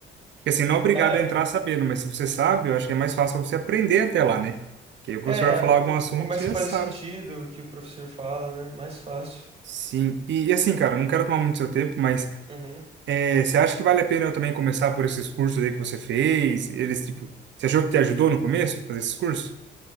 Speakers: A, on the right (about 65°); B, on the right (about 30°).
A: Porque assim, não é obrigado
B: É,
A: a entrar sabendo, mas se você sabe, eu acho que é mais fácil você aprender até lá, né? Que aí o professor
B: é,
A: vai falar algum
B: com-
A: assunto,
B: começa
A: você já
B: a fazer
A: sabe.
B: sentido o que o professor fala, né? Mais fácil.
A: Sim, e, e assim, cara, não quero tomar muito seu tempo, mas
B: Uhum.
A: É, você acha que vale a pena eu também começar por esses cursos aí que você fez? Eles, tipo, você achou que te ajudou no começo a fazer esses cursos?